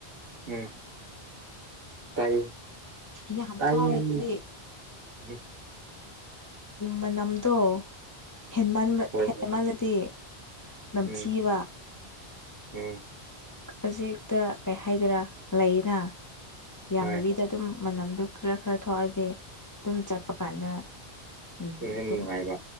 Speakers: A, on the right; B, on the left.
A: ꯎꯝ ꯇꯥꯏꯌꯦ
B: ꯌꯥꯝ
A: ꯇꯥꯏꯌꯦꯃꯤ
B: ꯀꯥꯞꯔꯗꯤ
A: ꯎꯝ
B: ꯃꯅꯝꯗꯣ ꯍꯦꯟꯃꯟꯕ
A: ꯍꯣꯏ
B: ꯍꯦꯟꯃꯜꯂꯗꯤ
A: ꯍꯣꯏ
B: ꯅꯝꯊꯤꯕ
A: ꯎꯝ ꯎꯝ
B: ꯈꯖꯤꯛꯇ ꯀꯩ ꯍꯥꯏꯗꯣꯏꯔꯥ ꯂꯩꯅ ꯌꯥꯝꯅꯕꯤꯗ
A: ꯍꯣꯏ
B: ꯑꯗꯨꯝ ꯃꯅꯝꯗꯣ ꯈꯔ ꯈꯔ ꯊꯣꯛꯑꯗꯤ ꯑꯗꯨꯝ ꯆꯠꯄ ꯀꯥꯟꯗ <unintelligible>
A: ꯑꯗꯨꯅ ꯍꯦꯟꯅ ꯅꯨꯡꯉꯥꯏꯕ